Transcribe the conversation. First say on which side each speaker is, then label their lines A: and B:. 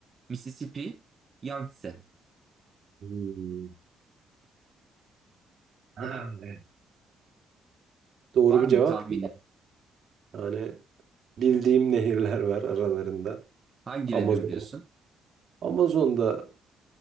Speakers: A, on the right; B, on the right.
A: Mississippi, Yangtze.
B: Hmm. Ha, evet. Doğru
A: Var
B: bir
A: mı
B: cevap
A: bir tahminin?
B: yok. Yani bildiğim nehirler var aralarında.
A: Hangilerini
B: Amazon.
A: biliyorsun?
B: Amazon da